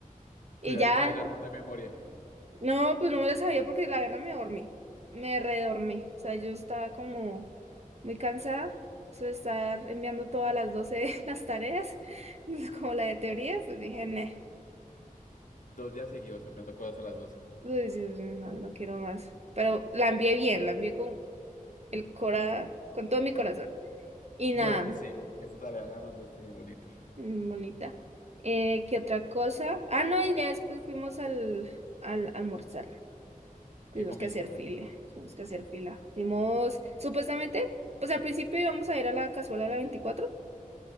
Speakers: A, on the right (about 50°); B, on the left (about 60°).
A: Y
B: Tú ya
A: ya.
B: te sabes la ruta de memoria.
A: No, pues no me la sabía porque la verdad me dormí. Me redormí. O sea, yo estaba como muy cansada. Eso de estar enviando todas las 12 <laughs> las tareas, <laughs> como la de teoría, pues dije, "Neh".
B: Dos días seguidos enviando cosas a las doce
A: Uy, sí, sí, no, no quiero más. Pero la envié bien, la envié con el cora, con todo mi corazón. Y
B: Pues,
A: nada,
B: Sí, esa tarea la mandaste bien bonita.
A: mm, bonita. Eh, ¿qué otra cosa? Ah, no, y ya después fuimos al, al almorzar. Tuvimos
B: ¿Qué comiste?
A: que hacer
B: A
A: fila,
B: ver.
A: tuvimos que hacer fila. Dimos, supuestamente, pues al principio íbamos a ir a la cazuela de la veinticuatro